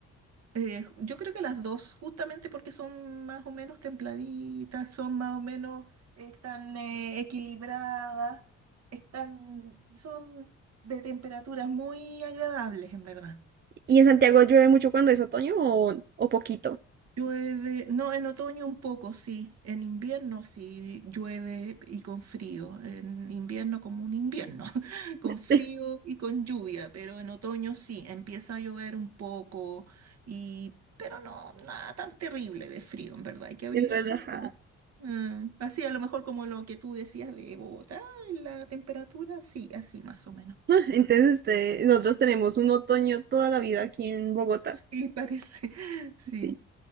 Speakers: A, on the right (about 55°); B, on the right (about 35°).
A: Eh, ju- yo creo que las dos, justamente porque son más o menos templaditas, son más o menos, eh, están eh, equilibradas, están, son de temperaturas muy agradables, en verdad.
B: ¿Y en Santiago llueve mucho cuando es otoño o, o poquito?
A: Llueve, no, en otoño un poco, sí, en invierno sí llueve y con frío, en invierno como un invierno, <laughs> con
B: <laughs>
A: frío y con lluvia, pero en otoño sí, empieza a llover un poco y, pero no, nada tan terrible de frío, en verdad, hay que abrigarse
B: Es relajado.
A: un poco. Mm, así a lo mejor como lo que tú decías de Bogotá, en la temperatura, sí, así más o menos.
B: <laughs> Entonces, este, nosotros tenemos un otoño toda la vida aquí en Bogotá.
A: Sí, parece, <laughs> sí.
B: Sí.